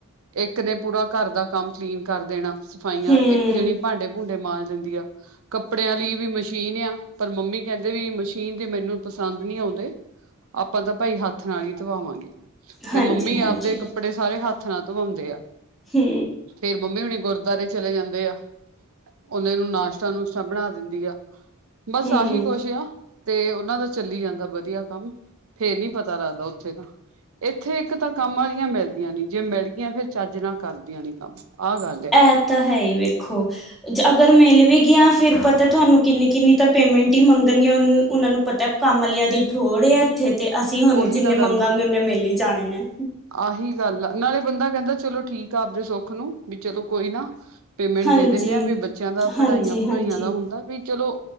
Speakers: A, on the right; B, in the centre.
A: ਇੱਕ ਨੇ ਪੂਰਾ ਘਰ ਦਾ ਕੰਮ ਕਲੀਨ ਕਰ ਦੇਣਾ ਸਫਾਈਆਂ,
B: ਹੂੰ।
A: ਇੱਕ ਜਣੀ ਭਾਂਡੇ ਭੂੰਡੇ ਮਾਂਜ ਲੈਂਦੀ ਆ, ਕੱਪੜਿਆਂ ਲਈ ਵੀ ਮਸ਼ੀਨ ਆ, ਪਰ ਮੰਮੀ ਕਹਿੰਦੇ ਵੀ ਮਸ਼ੀਨ ਤੇ ਮੈਨੂੰ ਪਸੰਦ ਨਹੀਂ ਆਉਂਦੇ ਆਪਾਂ ਤਾਂ ਭਾਈ, ਹੱਥ ਨਾਲ ਹੀ ਧਵਾਵਾਂਗੇ। ਤੇ
B: ਹਾਂਜੀ,
A: ਮੰਮੀ ਆਪਦੇ
B: ਹਾਂਜੀ।
A: ਕੱਪੜੇ, ਸਾਰੇ ਹੱਥ ਨਾਲ ਧਵਾਉਂਦੇ ਆ।
B: ਹਮ।
A: ਫੇਰ ਮੰਮੀ ਹੁਣੀ ਗੁਰਦੁਆਰੇ ਚਲੇ ਜਾਂਦੇ ਆ, ਆਉਂਦਿਆਂ ਨੂੰ ਨਾਸ਼ਤਾ- ਨੂਸ਼ਤਾ ਬਣਾ ਦਿੰਦੀ ਆ। ਬਸ
B: ਹੂੰ।
A: ਆਹੀ ਕੁਛ ਆ, ਤੇ ਉਹਨਾਂ ਦਾ ਚੱਲੀ ਜਾਂਦਾ ਵਧੀਆ ਕੰਮ। ਫੇਰ ਨੀ ਪਤਾ ਲੱਗਦਾ ਉੱਥੇ ਤਾਂ, ਇੱਥੇ ਇੱਕ ਤਾਂ ਕੰਮ ਵਾਲੀਆਂ ਮਿਲਦੀਆਂ ਨੀ। ਜੇ ਮਿਲ ਗਈਆਂ, ਫਿਰ ਚੱਜ ਨਾਲ ਕਰਦੀਆਂ ਨੀ ਕੰਮ, ਆਹ ਗੱਲ ਆ।
B: ਇਹ ਤਾਂ ਹੈ ਹੀ ਵੇਖੋ। ਅਗਰ ਮਿਲ ਵੀ ਗਿਆ, ਫਿਰ ਪਤਾ ਤੁਹਾਨੂੰ ਕਿੰਨੀ- ਕਿੰਨੀ ਤਾਂ ਪੇਮੈਂਟ ਹੀ ਮੰਗਣਗੀਆਂ, ਉਹਨਾਂ ਨੂੰ ਪਤਾ ਕੰਮ ਵਲੀਆਂ ਦੀ ਥੋੜ ਹੈ ਇੱਥੇ, ਤੇ ਅਸੀਂ ਹੁਣੂੰ
A: ਉਹੀ
B: ਜਿੰਨੇ
A: ਤਾਂ ਗੱਲ
B: ਮੰਗਾਂਗੇ
A: ਆ
B: ਓਨੇ ਮਿਲ ਹੀ ਜਾਣੇ ਨੇ।
A: ਆਹੀ ਗੱਲ ਆ, ਨਾਲੇ ਬੰਦਾ ਕਹਿੰਦਾ ਚਲੋ ਠੀਕ ਆ ਆਪਦੇ ਸੁੱਖ ਨੂੰ, ਵੀ ਚਲੋ ਕੋਈ ਨਾ। ਪੇਮੈਂਟ
B: ਹਾਂਜੀ,
A: ਦੇ ਦਿੰਨੇ ਆ ਵੀ ਬੱਚਿਆਂ ਦਾ
B: ਹਾਂਜੀ,
A: ਪੜ੍ਹਾਈਆਂ ਪੜੂਈਆਂ
B: ਹਾਂਜੀ
A: ਦਾ ਹੁਣ। ਵੀ ਚਲੋ